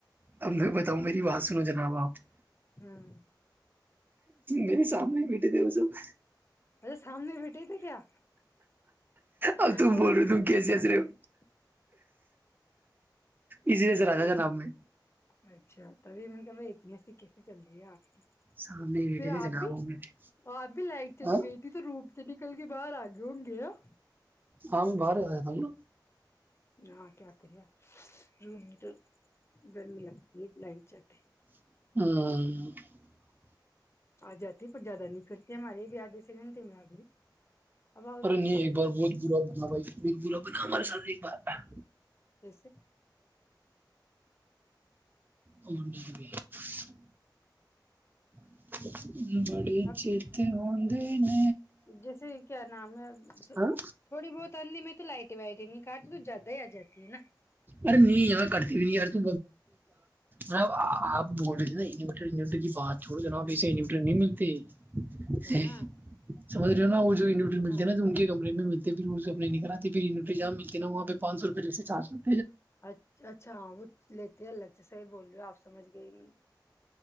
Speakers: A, on the right (about 25°); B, on the left (about 35°).
A: اب میں بتاؤں میری بات سنو جناب آپ <unintelligible>
B: ہاں <unintelligible>
A: نہیں سامنے بیٹے د س <unintelligible>
B: ا <inaudible> سامنے بیٹھے تھے کیا
A: اب تم
B: اور
A: بول
B: <unintelligible>
A: رہے ہو تم کیسے ہنس رہے ہو اسی
B: اچھا
A: لیے
B: اچھا
A: سر آتا
B: یہس
A: جناب میں
B: <unintelligible> اچھا تبھی میں نے کہ بھائی اتنی سکے سے چل رہی ہے آپ کی <unintelligible>
A: سامنے ہی بیٹھے
B: پھر
A: تھے
B: آپ
A: جناب
B: بھی
A: وہ میرے
B: آپ بھی لائٹ چلی
A: ہاں
B: گئی تھی تو روپ سے نکل کے باہر آگئے ہوں گے <unintelligible>
A: ہم بار آائے تھا ن <unintelligible>
B: نہ کیا کرے روم میں تو گرمی لگتی ہے لائٹ جاتے ہیں <unintelligible>
A: ہوں <unintelligible>
B: آ جاتی پر زیادہ نہیں کرتی ہمارے بھی آدھے سےے گھنٹے میں آ گئی <unintelligible> اب
A: ارے نہیں ایک بار بت بلاپ ب بائی بلا <unintelligible> ہمارے ساتھ ایک بات ہے <unintelligible>
B: کیسے <unintelligible>
A: اور جی <unintelligible> <inaudible> بڑے
B: اب
A: چیتے ہ <unintelligible> تین <unintelligible>
B: جیسے کیا نام ہے
A: ہاں
B: تھوڑی بہت اندھی میں تو لائٹ وائٹ ہی نہیں کاٹتی تو جاتا ہی جاتا <unintelligible> نا <unintelligible>
A: ارے نہیں یہاں کرتے بھی نہیں یار مب آپ بول رہے تھے نا انورٹر انورٹر کی بات چھڑو ج ن آپ ایسے انوریٹر نہیں ملتے <unintelligible>
B: نا
A: سے
B: ہاں
A: <unintelligible> سمری <unintelligible> انوٹرل
B: ہاں
A: ہیںا تو ان کے کمے میں ملتے <unintelligible> پھر روزب نہیں کراتتے پھر انوٹری جام ملتے نا وہ پہ پان سو روپئے لے سے چار سو <unintelligible>
B: اچھ اچھا ہاں وہ لیتے الگ سے صحیح بول رہے ہو آپ <unintelligible> سمجھ گئی میں <unintelligible>